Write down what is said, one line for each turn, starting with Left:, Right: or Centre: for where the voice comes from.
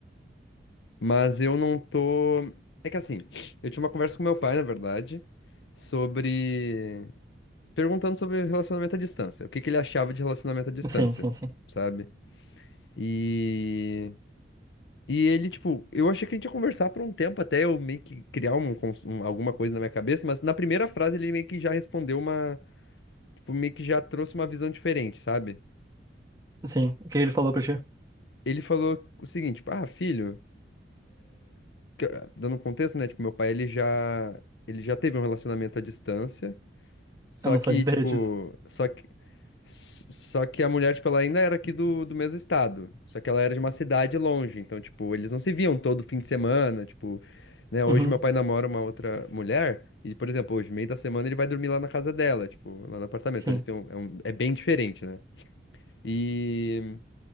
Left: Mas eu não tô. É que assim, <sniffs> eu tive uma conversa com meu pai, na verdade, sobre. Perguntando sobre relacionamento à distância. O que que ele achava de relacionamento à distância,
Right: Sim, sim, sim.
Left: sabe? E. E ele, tipo, eu achei que a gente ia conversar por um tempo até eu meio que criar um, cons- um- alguma coisa na minha cabeça, mas na primeira frase ele meio que já respondeu uma tipo, meio que já trouxe uma visão diferente, sabe?
Right: Sim. O que ele falou pra ti?
Left: Ele falou o seguinte, tipo, ah, filho, que- dando um contexto, né? Tipo, meu pai, ele já, ele já teve um relacionamento à distância, só
Right: Eu não
Left: que,
Right: fazia ideia
Left: tipo,
Right: disso.
Left: só que, s- só que a mulher, tipo, ela ainda era aqui do, do mesmo estado, só que ela era de uma cidade longe, então, tipo, eles não se viam todo fim de semana, tipo, né? Hoje
Right: Uhum.
Left: meu pai namora uma outra mulher, e, por exemplo, hoje, meio da semana, ele vai dormir lá na casa dela, tipo, lá no apartamento,
Right: Sim.
Left: então eles têm um, é um- é bem diferente, né? E...